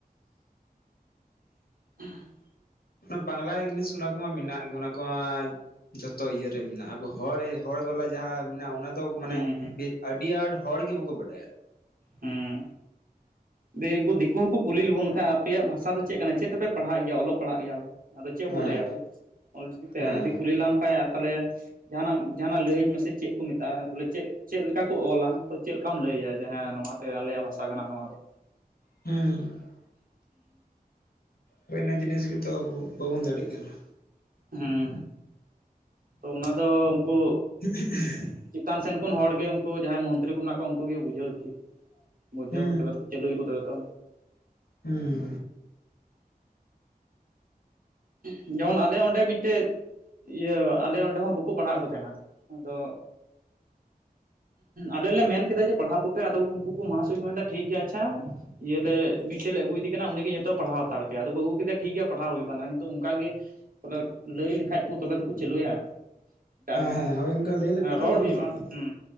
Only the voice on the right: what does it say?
<inaudible>
ᱦᱩᱸ ᱦᱩᱸ
ᱦᱩᱸ ᱫᱤᱭᱮ ᱩᱝᱠᱩ ᱫᱤᱠᱩ ᱦᱚᱸᱠᱚ ᱠᱩᱞᱤ ᱞᱮᱵᱚᱱ ᱠᱷᱟᱡ ᱟᱯᱮᱭᱟᱜ ᱵᱷᱟᱥᱟ ᱫᱚ ᱪᱮᱫ ᱠᱟᱱᱟ ᱪᱮᱫ ᱛᱮᱯᱮ ᱯᱟᱲᱦᱟᱜ ᱜᱮᱭᱟ ᱚᱞᱚᱜ ᱯᱟᱲᱦᱟᱜ ᱜᱮᱭᱟᱵᱚ? ᱟᱫᱚ ᱪᱮᱜ
ᱵᱚ ᱞᱟᱹᱭᱟ ᱟᱵᱚ? ᱚᱞ ᱪᱤᱠᱤᱛᱮ
ᱡᱩᱫᱤ ᱠᱩᱞᱤ ᱞᱮᱢ ᱯᱟᱭᱟ ᱛᱟᱦᱞᱮ ᱡᱟᱦᱱᱟᱜ ᱡᱟᱦᱟᱱᱟᱜ ᱞᱟᱹᱭᱟᱹᱧ ᱢᱮᱥᱮ ᱪᱮᱜ ᱠᱚ ᱢᱮᱛᱟᱜᱼᱟ ᱵᱚᱞᱮ ᱪᱮᱜ ᱪᱮᱜ ᱞᱮᱠᱟ ᱠᱚ ᱚᱞᱟ᱾ ᱛᱚ ᱪᱮᱜ ᱞᱮᱠᱟᱢ ᱞᱟᱹᱭᱭᱟ ᱡᱮ ᱦᱮᱸ ᱱᱚᱣᱟ ᱱᱟᱛᱮ ᱟᱞᱮᱭᱟᱜ ᱵᱷᱟᱥᱟ ᱠᱟᱱᱟ ᱱᱚᱣᱟ ᱫᱚ᱾
ᱦᱚᱸ ᱛᱚ ᱚᱱᱟ ᱫᱚ ᱩᱱᱴᱝᱠᱩ
ᱪᱮᱛᱟᱱ ᱥᱮᱱ ᱠᱷᱚᱱ ᱦᱚᱲ ᱜᱮ ᱩᱝᱠᱩ ᱡᱟᱦᱟᱸᱭ ᱢᱚᱱᱛᱨᱤ ᱠᱚ ᱢᱮᱱᱟᱜ ᱠᱚᱣᱟ ᱩᱝᱠᱩᱜ ᱜᱮ ᱵᱩᱡᱷᱟᱹᱣ ᱩᱪᱤᱛ᱾ ᱵᱩᱡ
ᱠᱚ ᱛᱚᱵᱮ ᱛᱚ ᱪᱟᱞᱩᱭ ᱠᱚ ᱛᱚᱵᱮ ᱛᱚ
ᱡᱮᱢᱚᱱ ᱟᱞᱮ ᱚᱸᱰᱮ ᱢᱤᱫᱴᱮᱫ ᱤᱭᱟᱹ ᱟᱞᱮ ᱚᱸᱰᱮ ᱦᱚᱸ ᱵᱟᱠᱚ ᱯᱟᱲᱦᱟᱣᱮᱜ ᱠᱚ ᱛᱟᱦᱮᱱᱟ᱾ ᱟᱫᱚ ᱟᱞᱮ ᱞᱮ ᱢᱮᱱ ᱠᱮᱫᱟ ᱡᱮ ᱯᱟᱲᱦᱟᱣ ᱠᱚ ᱯᱮ ᱟᱫᱚ ᱩᱝᱠᱩ ᱠᱚ ᱢᱟᱦᱟᱥᱚᱭ ᱠᱚ ᱢᱮᱱ ᱫᱟ ᱴᱷᱤᱠ ᱜᱮᱭᱟ ᱟᱪᱪᱷᱟ ᱤᱭᱟᱹ ᱞᱮ ᱢᱤᱫᱴᱮᱜ ᱞᱮ ᱟᱹᱜᱩᱭᱫᱤ ᱠᱟᱱᱟ ᱩᱱᱤ ᱜᱮ ᱧᱮᱛᱚᱜ ᱯᱟᱲᱟᱣ ᱦᱟᱛᱟᱲ ᱯᱮᱭᱟ ᱟᱫᱚ ᱠᱚ ᱟᱹᱜᱩ ᱠᱮᱫᱮᱭᱟ ᱴᱷᱤᱠ ᱜᱮᱭᱟ ᱯᱟᱲᱦᱟᱣ ᱦᱩᱭᱩᱜ ᱠᱟᱱ ᱫᱚ ᱚᱝᱠᱟ ᱜᱮ ᱵᱚᱞᱮ ᱞᱟᱹᱭ ᱞᱮᱠᱷᱟᱡ ᱠᱚ ᱛᱚᱵᱮ ᱛᱚᱠᱚ ᱪᱟᱹᱞᱩᱭᱟ᱾ ᱴᱟᱨᱦᱚᱸ
ᱦᱮᱸ ᱨᱚᱲ
ᱦᱩᱭᱩᱜᱼᱟ
ᱦᱮᱸ